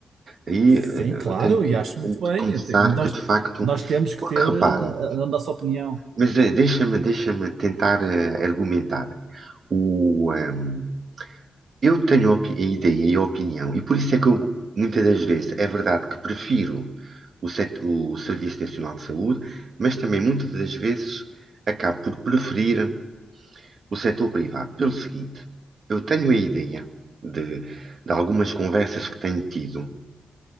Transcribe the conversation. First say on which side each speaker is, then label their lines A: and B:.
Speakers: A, on the right; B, on the right.
A: Aí
B: Sim,
A: eh,
B: claro,
A: eu tenho que,
B: e acho muito
A: tenho
B: bem.
A: que confessar
B: Te- Nós,
A: que, de facto,
B: nós temos que
A: porque
B: ter
A: repara,
B: eh, a, a nossa opinião.
A: mas eh, deixa-me deixa-me tentar eh, argumentar. O, ehm, Eu tenho opi- a ideia e a opinião, e por isso é que eu, muitas das vezes, é verdade que prefiro o, set- o Serviço Nacional de Saúde, mas também muitas das vezes acabo por preferir o setor privado. Pelo seguinte, eu tenho a ideia de, de algumas conversas que tenho tido,